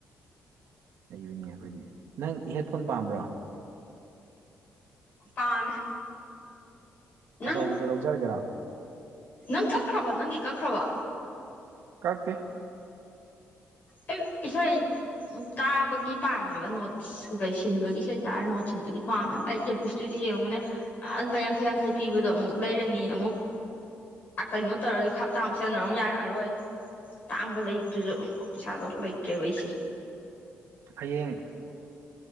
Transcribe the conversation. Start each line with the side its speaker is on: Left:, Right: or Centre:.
Right: ꯑꯩꯕꯅꯤ ꯑꯩꯈꯣꯏꯗꯤ ꯅꯪ ꯍꯦꯠꯐꯣꯟ ꯄꯥꯝꯕ꯭ꯔꯣ
Left: ꯄꯥꯝꯃꯦ ꯅꯪ
Right: ꯑꯆꯧꯕꯗꯣ ꯂꯧꯖꯔꯒꯦꯔꯥ
Left: ꯅꯪ ꯀꯛꯈ꯭ꯔꯕꯣ ꯅꯪꯒꯤ ꯀꯛꯈ꯭ꯔꯕꯣ
Right: ꯀꯛꯇꯦ
Left: ꯑꯩ ꯏꯁꯩ ꯀꯥꯕꯒꯤ ꯄꯥꯝꯃꯦ ꯍꯥꯏꯕ ꯅꯣꯠ ꯀꯩ ꯁꯤꯟꯕꯒꯤ ꯏꯁꯩꯇꯥꯔ ꯅꯣꯠ ꯁꯤꯟꯕꯒꯤ ꯄꯥꯝꯃꯦꯕ ꯑꯩ ꯏꯔꯄꯨꯁꯇꯨꯗꯤ ꯌꯦꯡꯉꯨꯅꯦ ꯑ ꯂꯨꯄꯥ ꯌꯥꯡꯈꯩ ꯌꯥꯡꯈꯩ ꯄꯤꯕꯗꯣ ꯑꯃꯨꯛ ꯂꯩꯔꯅꯤ ꯑꯃꯨꯛ ꯀꯩꯅꯣ ꯇꯧꯔꯗꯤ ꯍꯞꯇꯥꯥꯡ ꯑꯃꯨꯛꯁꯤꯟꯅ ꯑꯃꯨꯛ ꯌꯥꯔꯛꯑꯔꯣꯏ ꯇꯥꯡꯕ ꯂꯩꯕꯗꯨꯁꯨ ꯄꯩꯁꯥꯗꯣ ꯑꯝ ꯂꯩꯇꯔꯦꯕ ꯑꯩꯁꯦ
Right: ꯍꯌꯦꯡ